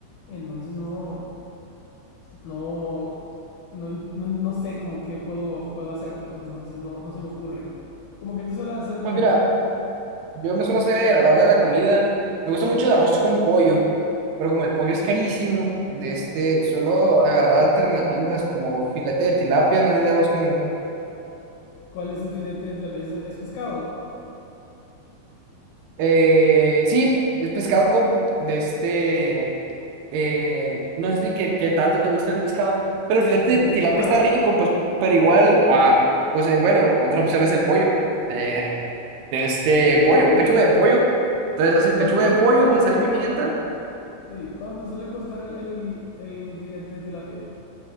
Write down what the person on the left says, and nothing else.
entonces no, no, no, no, no sé como qué puedo, puedo hacer, pues, entonces no, no se me ocurre. ¿Cómo que tú sueles hacer
tú.
¿Cuál es el filete de tilapia? ¿Es, es pescado?
N-
Nada.
Sí. sí, sí,
sí.
¿Cuánto,
cuánto,
sí, cuánto te suele costar el, el- el filete de tilapia?